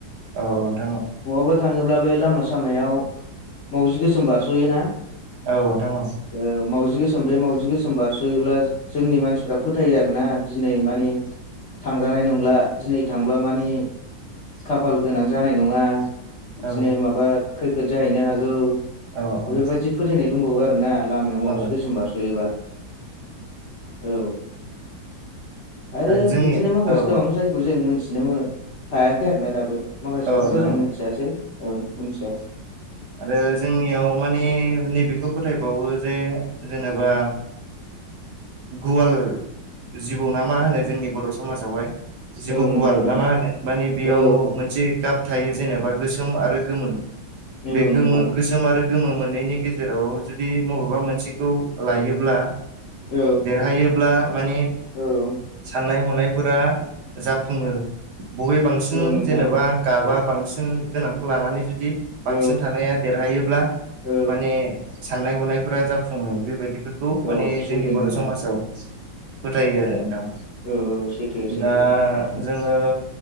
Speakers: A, on the right; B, on the left.
A: औ नोंथां औ
B: बहाबा थाङोब्ला बे लामा सामायाव मावजि गोसोम बारस'योना?
A: औ नोंथां औ।
B: ओ मावजि गोसोम बे मावजि गोसोम बारस'योब्ला जोंनि मानसिफ्रा फोथायो आरोना दिनै मानि थांजानाय नंला दिनै थांब्ला माने खाफाल गोनां जानाय नङा बिदिनो
A: औ
B: माबा खैफोद जाहैनो हागौ
A: औ
B: बेफोरबायदि
A: औ
B: फोथायनाय दंबावो आरोना। लामायाव मावजि
A: ओ
B: गोसोम बारस'योबा औ। आरो
A: जोंनि
B: बिदिनो माखासे
A: औ
B: दं जायखौ जों मोनथिनो मो हायाखै आरोना दाबो माखासेखौबोथ'
A: औ नोंथां
B: जों मोनथियासै औ मोनथिया।
A: आरो जोंनियाव माने नैबेखौ फोथायबावो जे जेनेबा गुवाल जिबौ ना मा होनो जोंनि बर' समाजावहाय जिबौ
B: औ नोंथां
A: गुवाल ना
B: औ
A: मा होनो माने बेयाव
B: औ
A: मोनसे गाब थायो जेनेबा गोसोम आरो गोमो।
B: औ औ
A: बे
B: नोंथां
A: गोमो गोसोम आरो गोमो मोननैनि गेजेराव जुदि बबेबा मोनसेखौ लायोब्ला
B: औ
A: देरहायोब्ला माने
B: औ
A: साननाय हनायफोरा जाफुङो। बबे बांसिन
B: औ नोंथां
A: जेनेबा गाबा बांसिन गोनांखौ लानानै जुदि बांसिन
B: औ
A: थानाया देरहायोब्ला
B: औ
A: माने साननाय हनायफोरा जाफुङो बेबायदिबो बे खौ माने
B: औ सैथो
A: जोंनि बर'
B: नोंथां
A: समाजाव फोथायो आरो नोंथां।
B: औ औ सैथो सैथो
A: दा जोङो